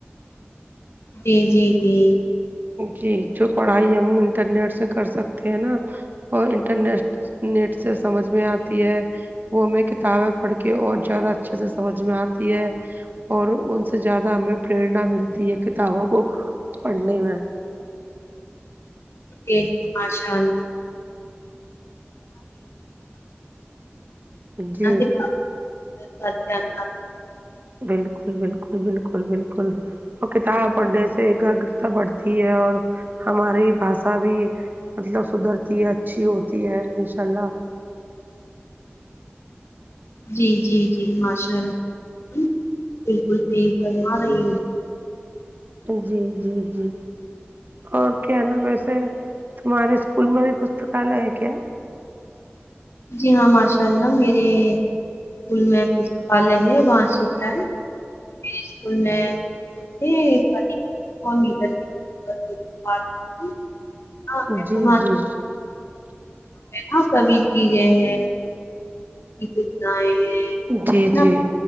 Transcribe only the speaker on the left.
جی جی جی
ج ماشاء اللہ
نہ کتابوں <unintelligible>
جی جی جی ماشاء اللہ بالکل ٹھیک فرما رہی ہ
جی ہاں ماشاء اللہ میرے اسکول میں پستکالیہ ہے وہاں سھا ہے میرے اسکول میں <inaudible> ہاں میں
تماں
نا سبھی چیزیں ہیں فضائیں ہیں
مطلب